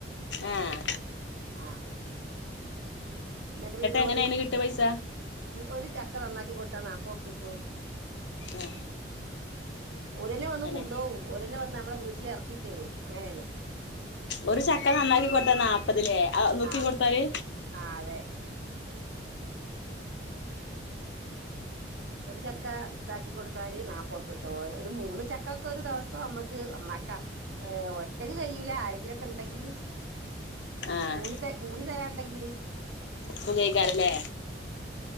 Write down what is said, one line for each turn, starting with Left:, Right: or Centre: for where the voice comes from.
Left: ആഹ്
Right: ആഹ് എന്നിട്ട് പിന്നെ
Left: എങ്ങനെ
Right: ഓല്
Left: അയിന് കിട്ടാ പൈസ
Right: ഒരു ചക്ക നന്നാക്കി കൊടുത്താ നാൽപ്പോർപ്പ്യ കിട്ടു
Left: ആഹ്
Right: ഓരന്നെ വന്ന്
Left: അങ്ങനെ
Right: കൊണ്ടോവും ഓരന്നെ വന്ന് നമ്മളെ വീട്ടിലിറക്കി തരും അങ്ങനെയാണ്
Left: ഒരു ചക്ക നന്നാക്കി കൊടുത്ത നാല്പ്പത് ലേ നുർക്കി
Right: ആഹ്
Left: കൊടുത്താല്
Right: ആഹ് അതെ ഒരു ചക്ക ഇതാക്കി കൊടുത്താല് നാപൊർപ്പ്യ കിട്ടു ഒരു മൂന്ന് ചക്ക ക്ക ഒരു ദിവസം നമ്മുക്ക് നന്നാക്കാം ഒറ്റക്ക് കഴൂല ആരെങ്കിലൊക്കെ ഉണ്ടെങ്കില്
Left: ആഹ്
Right: കൂടി ത കൂടി തരാണ്ടെങ്കിൽ
Left: സുഖേക്കാരംലേ